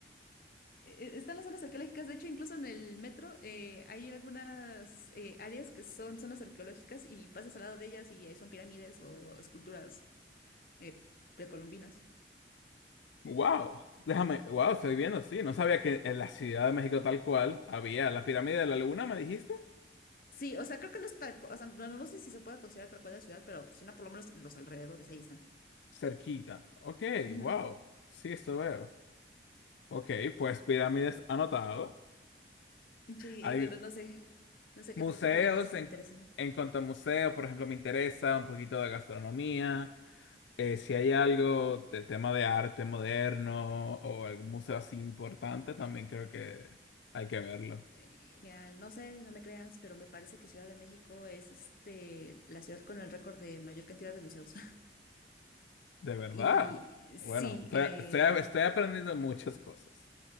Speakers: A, on the left; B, on the left.
A: Eh, Están las zonas arqueológicas, de hecho, incluso en el metro eh, hay algunas eh, áreas que son zonas arqueológicas y pasas al lado de ellas y ahí son pirámides o, o esculturas eh, precolombinas.
B: ¡Wow! Déjame, wow, estoy viendo, sí. No sabía que en la Ciudad de México tal cual había la pirámide de la Luna, ¿me dijiste?
A: Sí, o sea, creo que no está o sea, no, no sé si se puede considerar tal cual la ciudad, pero si no, por lo menos los alrededores, ahí están.
B: Cerquita. Ok,
A: Ujú.
B: wow. Sí, esto veo. Ok, pues pirámides anotados.
A: Sí,
B: Hay.
A: y bueno, no sé, no sé
B: Museos,
A: qué otro tipo de cosas
B: en,
A: te interesen.
B: en cuanto a museos, por ejemplo, me interesa un poquito de gastronomía. eh, si hay algo de tema de arte moderno o algún museo así importante, también
A: Eh,
B: creo que hay que verlo.
A: eh, Mira, no sé, no me creas, pero me parece que Ciudad de México es este, la ciudad con el récord de mayor cantidad de museos.
B: De verdad.
A: Y
B: Bueno,
A: sí,
B: estoy,
A: eh,
B: estoy, estoy aprendiendo muchas cosas.